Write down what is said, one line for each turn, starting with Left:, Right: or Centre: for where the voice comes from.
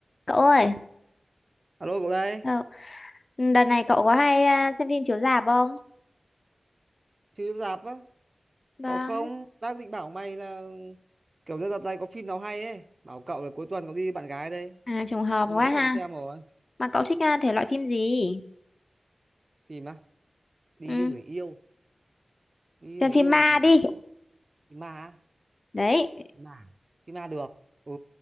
Left: Cậu ơi,
Right: Alo cậu đây,
Left: ờ, đợt này cậu có hay à, xem phim chiếu rạp không?
Right: phim chiếu rạp á,
Left: Vâng.
Right: cậu không? Đang định bảo mày là kiểu như đợt này có phim nào hay ấy, bảo cậu là cuối tuần cậu đi với bạn gái đây,
Left: À, trùng hợp
Right: lâu
Left: quá
Right: lắm
Left: ha.
Right: rồi cậu xem rồi.
Left: Mà cậu thích à, thể loại phim gì?
Right: Phim á, đi
Left: Ừ,
Right: với người yêu, đi với
Left: xem
Right: người
Left: phim
Right: yêu
Left: ma
Right: thì
Left: đi.
Right: phim ma, á,
Left: Đấy,
Right: phim ma, phim ma được. Ừ,